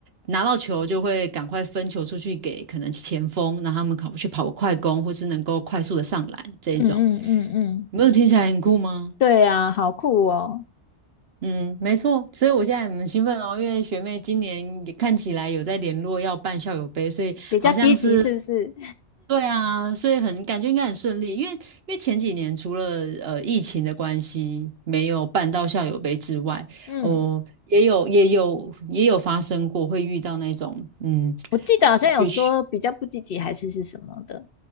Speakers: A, on the right (about 60°); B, on the left (about 60°).
A: 拿到球就会赶快分球出去给可能前锋，让他们跑去跑个快攻，或是能够快速的上篮这一种。
B: 嗯嗯嗯嗯
A: 没有听起来很酷吗？
B: 对啊，好酷哦，
A: 嗯，没错，所以我现在很兴奋哦，因为学妹今年也看起来有在联络要办校友杯，所以好像是，
B: 比较积极是不是？
A: 对啊，所以很感觉应该很顺利，因为因为前几年除了呃疫情的关系没有办到校友杯之外，
B: 嗯
A: 哦、也有也有也有发生过会遇到那种嗯，
B: 我记得好像有说比较不积极还是是什么的。
A: 呃学